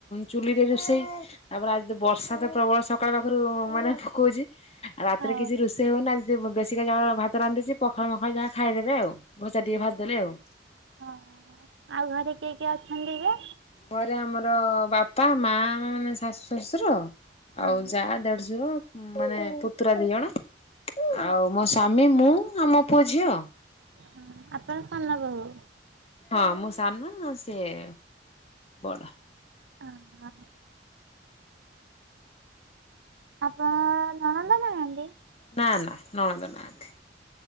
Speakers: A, on the left (about 35°); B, on the right (about 85°).
A: ଚୁଲିରେ ରୋଷେଇ ତାପରେ ଆଜି ତ ବର୍ଷା ତ ପ୍ରବଳ ସକାଳ ପାଖରୁ ମାନେ ପକଉଚି। ଆଉ ରାତିରେ
B: ହଁ
A: କିଛି ରୋଷେଇ ହଉନି ଆଜି ଟିକେ ବେଶୀକା ଚାଉଳ ଭାତ ରାନ୍ଧିଦେଇଚି ପଖାଳ ମଖାଳ ଯାହା ଖାଇଦେବେ ଆଉ। ଭଜା ଟିକେ ଭାଜିଦେଲେ ଆଉ।
B: ହଁ ଆଉ ଘରେ କିଏ କିଏ ଅଛନ୍ତି ଯେ?
A: ଘରେ ଆମର ବାପା ମା ମାନେ ଶାଶୁ ଶଶୁର
B: ହଁ
A: ଆଉ ଯା ଦେଢଶୁର ମାନେ ପୁତୁରା ଦି ଜଣ ଆଉ ମୋ ସ୍ଵାମୀ ମୁଁ ଆଉ ମୋ ପୁଅ ଝିଅ।
B: ହଁ। ଆପଣ ସାନ ବୋହୁ?
A: ହଁ ମୁଁ ସାନ ସିଏ ବଡ।
B: ଅ ହ। ଆପଣ ଙ୍କ ନଣଦ ନାହାନ୍ତି?
A: ନା ନା ନଣନ୍ଦ ନାହାନ୍ତି